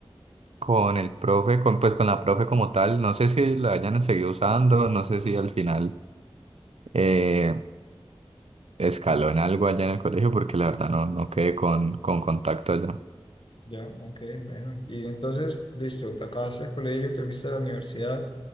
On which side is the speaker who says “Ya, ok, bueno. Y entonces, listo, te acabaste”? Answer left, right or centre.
Left